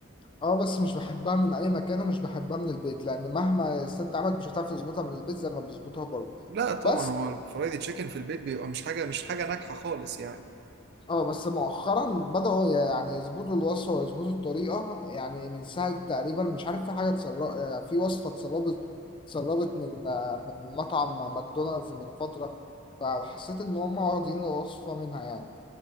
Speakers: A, on the left (about 25°); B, on the right (about 50°).
A: اه بس مش بحبها من اي مكان ومش بحبها من البيت لان مهما الست عملت مش هتعرف تظبطها من البيت زي ما بيظبطوها بره
B: لا طبعا
A: بس
B: هو الفرايدي تشيكن في البيت بيبقى مش حاجه مش حاجه ناجحه خالص يعني
A: اه بس مؤخرا بدأوا يعني يظبطوا الوصفة ويظبطوا الطريقة يعني من ساعة تقريبا مش عارف في حاجة اتسربت يعني في وصفة اتسربت اتسربت من آه، من مطعم ماكدونالدز من فترة فحسيت ان هم واخدين الوصفة منها يعني